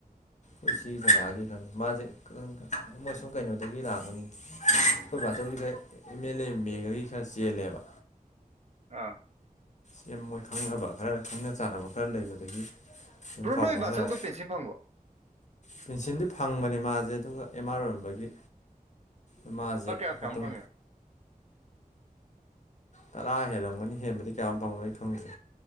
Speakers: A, on the left; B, on the right.
A: ꯑꯩꯈꯣꯏ ꯁꯤ ꯀꯀꯥꯒꯤ ꯈꯔꯅ ꯃꯥꯁꯦ ꯃꯣꯏ ꯁꯨꯝ ꯀꯩꯅꯣꯗꯒꯤ ꯂꯥꯛꯄꯅꯤ ꯑꯩꯈꯣꯏ ꯕꯥꯇꯧꯁꯤꯗ ꯑꯦꯝ ꯑꯦꯜ ꯑꯦ ꯃꯦꯝꯉꯒꯤ ꯈꯔ ꯆꯦꯜꯂꯦꯕ
B: ꯑꯥ
A: ꯁꯦꯝ ꯃꯣꯏ ꯈꯪꯅꯕ ꯈꯔ ꯈꯪꯅ ꯆꯥꯟꯅꯕ ꯈꯔ ꯂꯩꯕꯗꯒꯤ ꯁꯨꯝ
B: ꯕ꯭ꯔꯣ
A: ꯄꯥꯎ
B: ꯅꯣꯏ
A: ꯐꯥꯎꯅꯔꯦ
B: ꯕꯥꯆꯧꯗꯣ ꯄꯦꯟꯁꯤꯟ ꯐꯪꯕ꯭ꯔꯣ
A: ꯄꯦꯟꯁꯤꯜꯗꯤ ꯐꯪꯕꯅꯦ ꯃꯥꯖꯦ ꯑꯗꯨꯒ ꯑꯦꯝ ꯑꯥꯔ ꯑꯣꯏꯔꯝꯕꯒꯤ ꯏ ꯃꯥꯖꯦ
B: ꯂꯨꯄꯥ ꯀꯌꯥ ꯀꯌꯥꯃꯨꯛ
A: ꯑꯇꯨꯝ
B: ꯐꯪꯉꯦ
A: ꯇꯥꯔꯥ ꯍꯦꯜꯂꯝꯒꯅꯤ ꯍꯦꯟꯕꯗꯤ ꯀꯌꯥꯝ ꯐꯪꯕꯥꯅꯣ ꯑꯩ ꯈꯪꯗ꯭ꯔꯦ